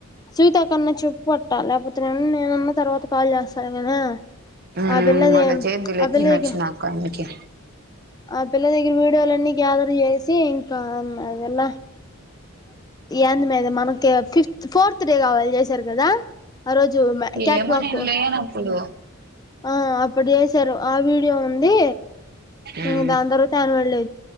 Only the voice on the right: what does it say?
ఉమ్
మళ్ళా చేద్దులే
తినొచ్చినాక
అందుకే
ఏమో
నేను లేనప్పుడు
ఉమ్